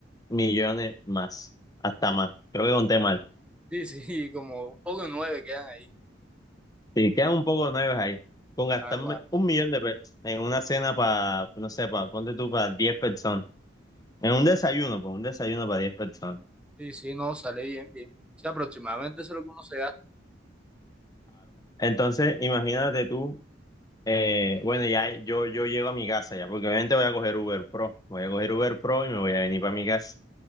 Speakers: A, on the left (about 20°); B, in the centre.
A: millones más, hasta más. Creo que conté mal.
B: Sí, sí, <laughs> como un poco de nueve quedan ahí.
A: Sí, quedan un poco de nueve ahí. Con gastarme
B: Claro, claro.
A: un millón de pesos en una cena para, no sé, para, ponte tú para 10 personas. En un desayuno, pues un desayuno para 10 personas.
B: Sí, sí, no, sale bien, bien. O sea, aproximadamente eso es lo que uno se gasta.
A: Entonces, imagínate tú, eh, bueno, ya yo, yo llego a mi casa ya, porque obviamente voy a coger Uber Pro, voy a coger Uber Pro y me voy a venir para mi casa,